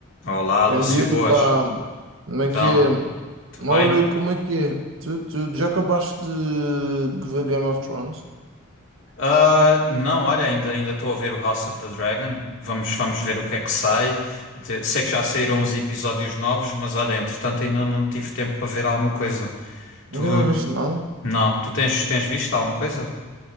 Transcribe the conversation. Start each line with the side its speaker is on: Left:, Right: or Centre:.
Left: Olá, Lúcio
Right: Ben diyorum
Left: Boas.
Right: pá, como é
Left: Então,
Right: que é?
Left: tudo
Right: Mas
Left: bem?
Right: Olha, como é que é? Tu, tu já acabaste de, de ver Game of Thrones?
Left: Ah, não, olha, ainda ainda estou a ver o House of the Dragon. Vamos vamos ver o que é que sai. De- Sei que já saíram uns episódios novos, mas olha, entretanto ainda não tive tempo para ver alguma coisa. Tu,
Right: Ainda não viste nada?
Left: não, tu tens tens visto alguma coisa?